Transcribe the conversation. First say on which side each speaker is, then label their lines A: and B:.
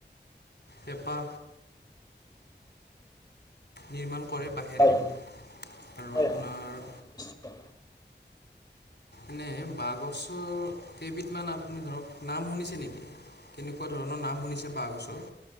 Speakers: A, on the left; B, on the left.
A: পেপা নিৰ্মাণ কৰে বাঁহেৰে
B: হয়
A: আৰু
B: হয়
A: আপোনাৰ
B: হয় নিশ্চয়।
A: এনেই বাঁহগছৰ কেইবিধমান আপুনি ধৰক নাম শুনিছে নেকি? কেনেকুৱা ধৰণৰ নাম শুনিছে বাঁহগছৰ,